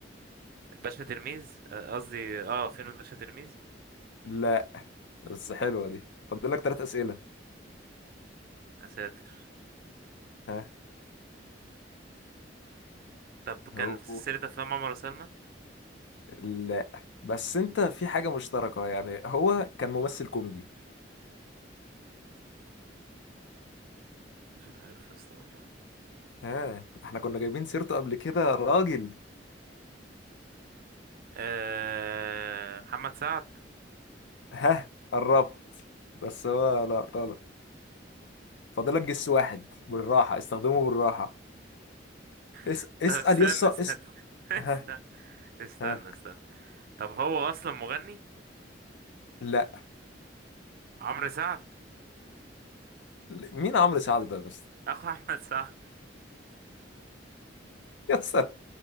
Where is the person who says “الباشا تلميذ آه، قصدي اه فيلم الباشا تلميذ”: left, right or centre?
Right